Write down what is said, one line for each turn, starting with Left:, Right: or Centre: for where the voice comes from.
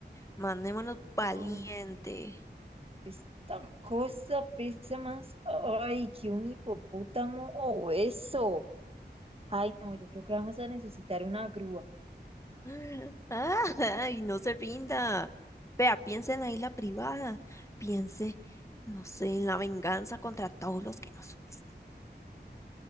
Left: Mandémonos valiente.
Right: Uf. Esta cosa pesa más, ay, que un hipopótamo o eso. Ay, no, yo creo que vamos a necesitar una grúa.
Left: <laughs> Ay, no se rinda. Vea, piense en la isla privada. Piense, no sé, en la venganza contra todos los que nos subestimaron.